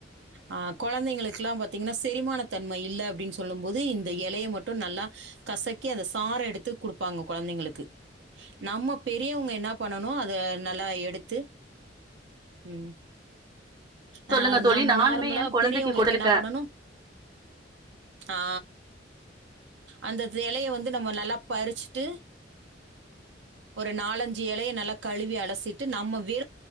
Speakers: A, on the right; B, on the right.
A: ஆ கொழந்தைங்களுக்கெல்லா பாத்தீங்கன்னா செரிமான தன்மை இல்ல அப்டின்னு சொல்லு போது இந்த இலைய மட்டும் நல்லா கசக்கி அந்த சார எடுத்து குடுப்பாங்க குழந்தைங்களுக்கு நம்ம பெர் ரியவுங்க என்னா பண்ணனு அத நல்லா எடுத்து ம் அ
B: சொல்லுங்க தோழி
A: நம்ம
B: நானுமே
A: நார்மலா
B: என் குழந்தைக்கு
A: பெரியவங்களுக்கு
B: கொடுத்திருக்கேன்.
A: என்னா பண்ணணு ஆ அந்த இலைய வந்து நம்ம நல்லா பறிச்சுட்டு ஒரு நாலஞ்சு எலைய நல்ல கழுவி அலசிட்டு நாம்ம வெறு